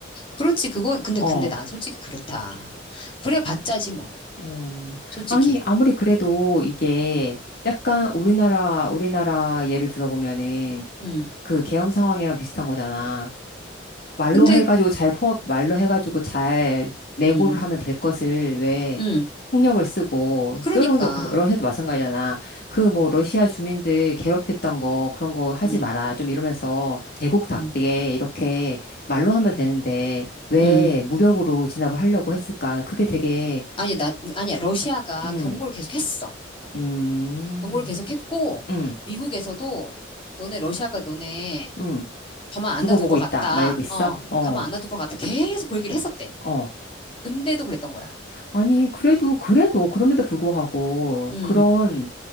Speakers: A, on the left; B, on the left.
A: 그렇지, 그건, 근데, 근데
B: 어,
A: 난 솔직히 그렇다. 그래 봤자지, 뭐.
B: 음.
A: 솔직히.
B: 아니, 아무리 그래도 이게
A: 음,
B: 약간 우리나라, 우리나라 예를 들어보면은
A: 음.
B: 그 계엄 상황이랑 비슷한 거잖아. 말로
A: 근데,
B: 해가지고 잘 포, 말로 해가지고 잘 레고를
A: 음.
B: 하면 될 것을 왜
A: 음.
B: 폭력을 쓰고
A: 그러니까.
B: 소련도 그렇고 러시아도 마찬가지잖아. 그
A: 음,
B: 뭐 러시아 주민들 괴롭혔던 거 그런 거 하지
A: 음,
B: 마라 좀 이러면서 대국답게
A: 음,
B: 이렇게 말로 하면 되는데 왜
A: 음.
B: 무력으로 진압을 하려고 했을까? 나 그게 되게
A: 아니, 나, 아니야. 러시아가
B: 음,
A: 경고를 계속 했어.
B: 음,
A: 경고를 계속 했고,
B: 음,
A: 미국에서도 너네 러시아가 너네
B: 음.
A: 가만 안
B: 두고
A: 놔둘
B: 보고
A: 것 같다.
B: 있다. 막 이러고 있어.
A: 어,
B: 어,
A: 가만 안 놔둘 것 같다. 계속 그 얘기를 했었대.
B: 어.
A: 근데도 그랬던 거야.
B: 아니, 그래도, 그래도, 그럼에도 불구하고,
A: 음,
B: 그런